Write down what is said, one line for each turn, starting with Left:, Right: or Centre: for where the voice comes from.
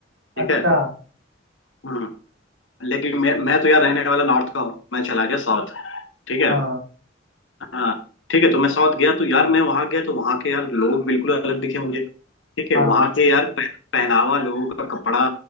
Left: ठीक
Right: अच्छा
Left: है हम्म। लेकिन मैं मैं तो यार रहने वाला नॉर्थ का हूँ मैं चला गया साउथ ठीक है
Right: हाँ
Left: हाँ ठीक है तो मैं साउथ गया तो यार मैं वहां गया तो वहां के यार लोग बिल्कुल अलग दिखे मुझे ठीक है
Right: हाँ
Left: वहां के यार पह- पहनावा लोगों का कपड़ा